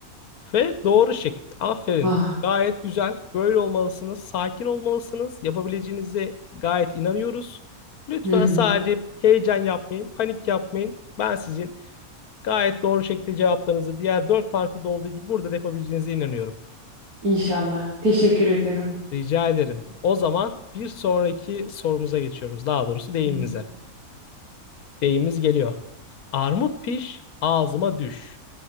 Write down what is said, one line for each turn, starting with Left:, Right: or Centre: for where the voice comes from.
Left: Ve doğru şık. Aferin.
Right: Ah,
Left: Gayet güzel. Böyle olmalısınız. Sakin olmalısınız. Yapabileceğinize gayet inanıyoruz. Lütfen
Right: hı hı.
Left: sadece heyecan yapmayın, panik yapmayın. Ben sizin gayet doğru şekilde cevaplarınızı diğer dört parkurda olduğu gibi burada da yapabileceğinize inanıyorum.
Right: İnşallah. Teşekkür ediyorum.
Left: Rica ederim. O zaman bir sonraki sorumuza geçiyoruz. Daha doğrusu deyimimize.
Right: Hı hı.
Left: Deyimimiz geliyor. Armut piş, ağzıma düş.